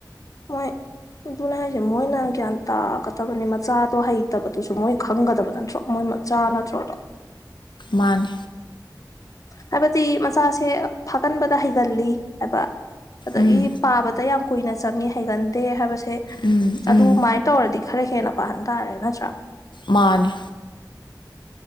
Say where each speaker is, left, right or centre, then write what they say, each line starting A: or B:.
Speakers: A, on the left; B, on the left.
A: ꯍꯣꯏ ꯑꯗꯨꯅ ꯍꯥꯏꯁꯦ ꯃꯣꯏꯅ ꯒ꯭ꯌꯥꯟ ꯇꯥꯒꯗꯕꯅꯤ ꯃꯆꯥꯗꯣ ꯍꯩꯇꯕꯗꯨꯁꯨ ꯃꯣꯏ ꯈꯪꯒꯗꯕ ꯅꯠꯇ꯭ꯔꯣ ꯃꯣꯏ ꯃꯆꯥ ꯅꯠꯇ꯭ꯔꯣ ꯑꯗꯣ
B: ꯃꯥꯅꯦ
A: ꯍꯥꯏꯕꯗꯤ ꯃꯆꯥꯁꯦ ꯐꯥꯒꯟꯕꯗ ꯍꯩꯒꯜꯂꯤ ꯍꯥꯏꯕ ꯑꯗꯒꯤ
B: ꯎꯝ
A: ꯄꯥꯕꯗ ꯌꯥꯝ ꯀꯨꯏꯅ ꯆꯪꯉ ꯍꯩꯒꯟꯗꯦ ꯍꯥꯏꯕꯕꯁꯤ
B: ꯎꯝ
A: ꯑꯗꯨꯃꯥꯏꯅ
B: ꯎꯝ
A: ꯇꯧꯔꯗꯤ ꯈꯔ ꯍꯦꯟꯅ ꯄꯥꯍꯟ ꯇꯥꯔꯦ ꯅꯠꯇ꯭ꯔꯥ
B: ꯃꯥꯥꯅꯤ